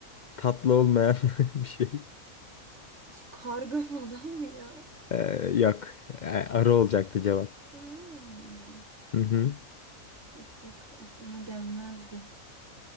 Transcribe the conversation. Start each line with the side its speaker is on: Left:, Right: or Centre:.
Left: tatlı olmayan <laughs> bir şey.
Right: Şu Karga <laughs> falan mı ya?
Left: Eee, yok. Eee, arı olacaktı cevap.
Right: Hmm.
Left: Hı hı.
Right: Hiç bak aklıma gelmezdi.